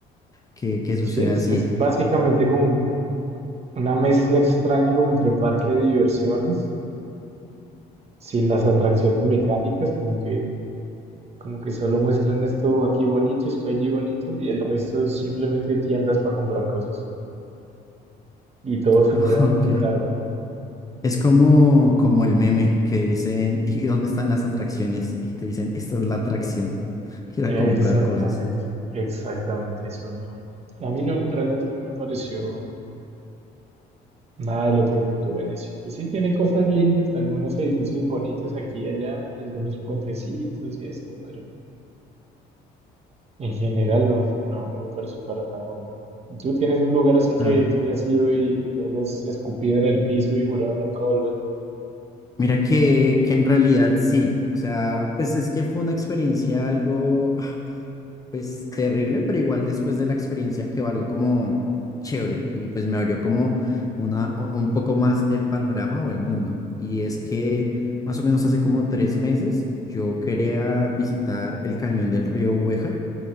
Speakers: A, on the left; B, on the right.
A: que, que suceda
B: Sí, es,
A: así.
B: es básicamente como un- una mezcla extraña como entre parque de diversiones, sin las atracciones mecánicas, como que, como que solo muestran esto aquí bonito, esto allí bonito y el resto es simplemente tiendas para comprar cosas. Y todo supremamente
A: <laughs> Ok.
B: caro.
A: Es como, como el meme que dicen, <laughs> ¿y dónde están las atracciones? Y te dicen, esta es la atracción, <laughs> ir
B: Exactamente,
A: a comprar cosas.
B: exactamente, eso no, a mí no, realmente no me pareció nada del otro mundo Venecia. Pues sí tiene cosas lindas, algunos edificios bonitos aquí y allá, algunos puentecitos y esto, pero en general no, no, no me pareció para nada bueno. ¿Tú tienes un lugar así que,
A: Claro.
B: que hayas ido y te hayas escupido en el piso y jurado nunca volver?
A: Mira que, que en realidad sí, o sea, pues es que fue una experiencia algo, ah, pues terrible, pero igual después de la experiencia quedó algo como chévere y pues me abrió como una, u- un poco más el panorama o el mundo. Y es que más o menos hace como tres meses yo quería visitar el cañón del río Huejar